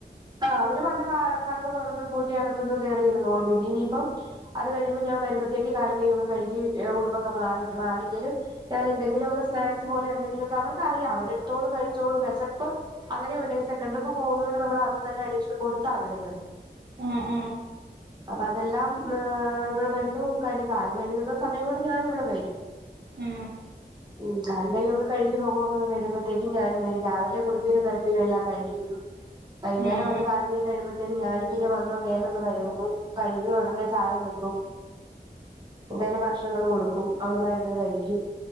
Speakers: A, on the right; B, on the right.
A: ആ അവര് വന്ന് കതക് തുറന്നാ പൂട്ടി അകത്തൊന്ന് കേറിയിരുന്നൊളും പിന്നെ ഇനിയിപ്പം അത് കഴിയുമ്പോ ഞാ വരുമ്പത്തേക്ക് കാലും കയ്യോക്കെ കഴുകി ഉടുപ്പൊക്ക മായി മാറിയില്ലലും ഞാൻ എന്തെങ്കിലുക്കെ സ്നാക്സ് പോലെ എന്തെിലുമൊക്കെ അവർക്ക് അറിയാം അവരടുത്തോളും കഴിച്ചോളും വിശപ്പ് അങ്ങനെ ഉണ്ടെൽ സെക്കൻഡ ട്രിപ്പ് പോകുന്ന കൊണ്ട് നമ്മളതും തന്നെ അഡിഷൻ കൊടുത്താ വിടുന്നത്
B: ആഹ്
A: അപ്പൊ അതെല്ലാം ഹ് ഇവിടെ വരുന്നു കഴിഞ്ഞ് കാല് കഴുകുന്നു സമയം കൊണ്ട് ഞാനിവിടെ വരും
B: ആ
A: ഉം കാലും കയ്യോക്കെ കഴുകി മുഖക്കെ കഴിയുമ്പഴത്തേക്കും ഞാനും വരും രാവിലെ കുളിപ്പേരും നരപ്പേരും എല്ലാം കഴിഞ്ഞ് വിടും വൈക്ന്നേരം
B: ആ
A: വന്ന് കാലും കയ്യും കഴുകുമ്പത്തേനും ഞാനും പിന്നെ വന്ന് മേലൊന്ന് കഴുകും കഴുകിയൊടനെ ചായ വെക്കും എന്തേലും ഭക്ഷണങ്ങള് കൊടുക്കും അവള്മാര്ര്ന്ന് കഴിക്കും